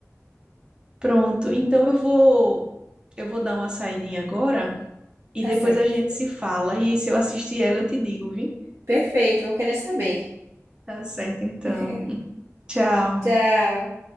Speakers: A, on the right; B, on the right.
A: Pronto. Então eu vou, eu vou dar uma saidinha agora e
B: Tá
A: depois
B: certo.
A: a gente se fala. E se eu assistir ela, eu te digo, viu?
B: Perfeito, vou querer saber.
A: Tá certo, então.
B: <laughs>
A: Tchau.
B: Tchau.